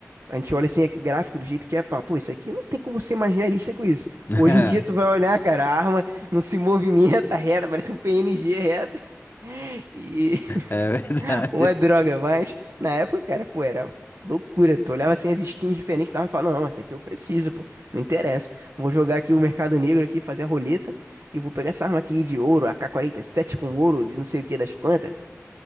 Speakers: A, on the right; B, on the left.
A: A gente olha assim, é gráfico do jeito que é, fala, pô, isso aqui não tem como ser mais realista com isso.
B: <laughs>
A: Hoje em dia tu vai olhar, cara, a arma não se movimenta <laughs> reta, parece um PNG reto. <laughs> E
B: É
A: <laughs>
B: verdade.
A: uma droga, mas na época, cara, pô, era loucura. Tu olhava assim as skins diferentes, tava falando, não, essa aqui eu preciso, pô, não interessa. Vou jogar aqui o Mercado Negro aqui, fazer a roleta e vou pegar essa arma aqui de ouro, ak sete com ouro, de não sei o que das quantas.